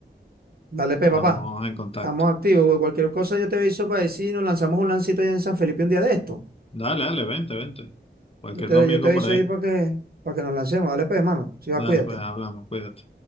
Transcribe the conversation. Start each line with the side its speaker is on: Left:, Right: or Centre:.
Right: Dale, pe,
Left: Estamos
Right: papá.
Left: en contacto.
Right: Estamos activos. güey. Cualquier cosa yo te aviso para decir, nos lanzamos un lancito allá en San Felipe un día de esto.
Left: Dale, dale, vente, vente. Cualquier
Right: Yo te,
Left: domingo
Right: yo te aviso
Left: por ahí.
Right: ahí para que, para que nos lancemos. Dale, pe, hermano. Si va,
Left: Dale,
Right: cuídate.
Left: pues hablamos, cuídate.